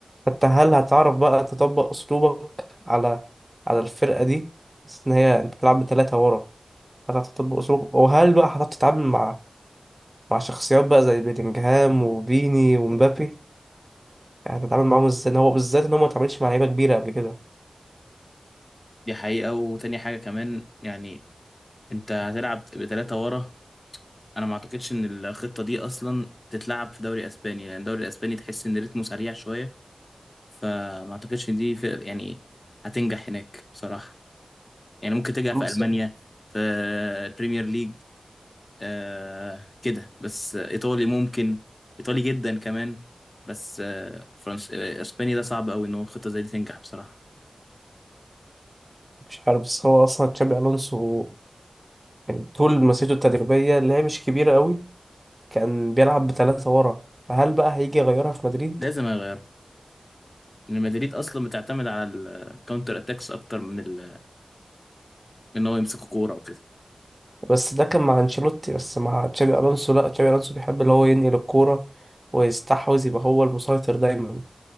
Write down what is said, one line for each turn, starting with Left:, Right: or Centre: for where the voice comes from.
Right: فانت هل هتعرف بقى تطبق أسلوبك على على الفرقة دي بس إن هي أنت بتلعب بثلاثة ورا هتعرف تطبق أسلوبك وهل بقى هتعرف تتعامل مع مع شخصيات بقى زي بيلينجهام وفيني ومبابي يعني هتتعامل معاهم ازاي إن هو بالذات ان هو ما اتعاملش مع لعيبه كبيره قبل كده
Left: دي حقيقة وتاني حاجة كمان يعني انت هتلعب بثلاثة ورا انا ما اعتقدش ان الخطة دي اصلا تتلعب في دوري اسباني لان الدوري الاسباني تحس ان رتمه سريع شوية فما اعتقدش ان دي في يعني هتنجح هناك بصراحة يعني ممكن تنجح
Right: بس
Left: في المانيا في بريمير ليج آه كده بس آه، ايطالي ممكن ايطالي جدا كمان بس آه فرنس آه اسباني ده صعب قوي ان هو خطه زي دي تنجح بصراحه
Right: مش عارف بس هو اصلا تشابي الونسو يعني طول مسيرته التدريبيه اللي هي مش كبيره قوي كان بيلعب بثلاثه ورا فهل بقى هيجي يغيرها في مدريد
Left: لازم اغيرها لان مدريد اصلا بتعتمد على الكاونتر اتاكس اكتر من ال... من ان هو يمسك كوره وكده
Right: بس ده كان مع انشيلوتي بس مع تشابي الونسو لا تشابي الونسو بيحب اللي هو ينقل الكوره ويستحوذ يبقى هو المسيطر دايما